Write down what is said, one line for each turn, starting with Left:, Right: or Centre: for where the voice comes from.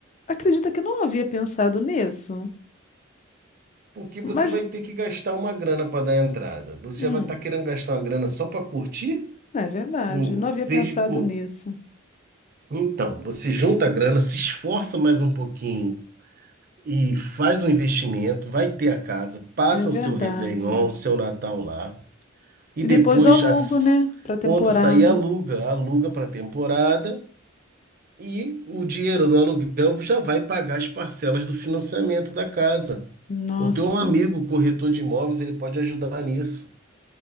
Left: acredita que eu não havia pensado nisso.
Right: Porque você
Left: Mas,
Right: vai ter que gastar uma grana para dar entrada. Você
Left: hum.
Right: já vai estar querendo gastar uma grana só para curtir?
Left: É verdade,
Right: Um,
Left: não havia
Right: em
Left: pensado
Right: vez de cu-
Left: nisso.
Right: Então, você junta a grana, se esforça mais um pouquinho e faz um investimento, vai ter a casa, passa
Left: É verdade.
Right: o seu Réveillon, seu Natal lá, e
Left: E
Right: depois,
Left: depois eu alugo,
Right: as-
Left: né, para temporada.
Right: quando sair, aluga, aluga para temporada e o dinheiro do aluguel já vai pagar as parcelas do financiamento da casa.
Left: Nossa,
Right: Eu tenho um amigo corretor de imóveis, ele pode ajudar nisso.